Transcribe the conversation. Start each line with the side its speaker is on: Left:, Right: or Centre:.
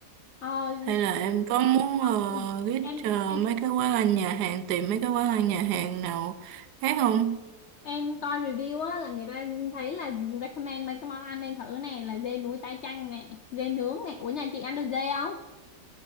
Left: ờ,
Right: Hay là em có muốn
Left: ờ,
Right: uh, ghét
Left: em
Right: ờ,
Left: em
Right: mấy cái quán ăn nhà hàng, tìm mấy cái quán ăn nhà hàng nào khác không?
Left: em coi review á là người ta thấy là recommend mấy cái món ăn nên thử nè là dê núi tái chanh nè dê nướng nè ủa nhà chị ăn được dê không